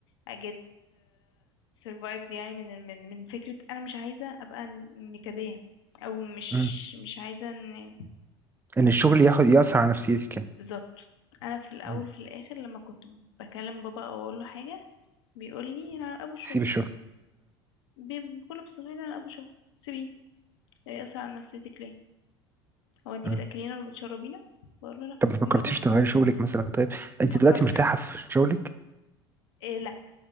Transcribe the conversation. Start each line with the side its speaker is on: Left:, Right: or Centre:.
Left: اجيت سيرفايفد يعني من من من فكرة انا مش عايزة ابقى نكدية او مش
Right: مم.
Left: مش عايزة ان
Right: ان الشغل ياخد يأثر على نفسيتك يعني
Left: بالظبط انا في الاول
Right: مم.
Left: في الاخر لما كنت بكلم بابا او اقول له حاجة بيقول لي انا على ابو شغل
Right: سيب الشغل
Left: ب- بكل بساطة بيقول لي انا على ابو شغل سيبيه هي اصلا على نفسيتك ليه هو انت
Right: مم.
Left: بتاكلينا ولا بتشربينا بقول له لا
Right: طب ما فكرتيش
Left: يقول لي بس
Right: تغيري شغلك مثلا طيب انت
Left: فكرت
Right: دلوقتي مرتاحه في شغلك
Left: إيه، لا